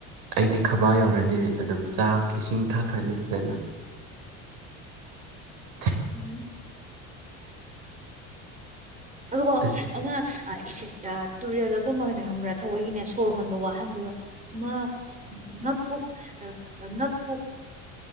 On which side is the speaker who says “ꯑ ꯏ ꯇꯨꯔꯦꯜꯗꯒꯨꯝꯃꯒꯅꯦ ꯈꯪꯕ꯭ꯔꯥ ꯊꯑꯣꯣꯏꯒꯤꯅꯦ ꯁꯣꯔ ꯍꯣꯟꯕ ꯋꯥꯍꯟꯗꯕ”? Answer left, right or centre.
Right